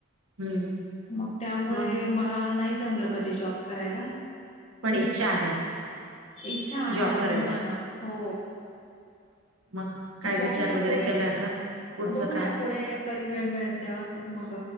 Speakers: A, on the right; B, on the left.
A: हम्म
B: मग त्यामुळे
A: मग
B: मला नाही जमलं कधी जॉब करायला.
A: पण इच्छा आहे.
B: इच्छा आहे
A: जॉब
B: अजून
A: करायची
B: पण हो.
A: मग काय विचार
B: बघूया
A: वगैरे
B: पुढे
A: केलाय का पुढचं
B: बघूया
A: काय
B: पुढे कधी वेळ मिळेल तेव्हा मग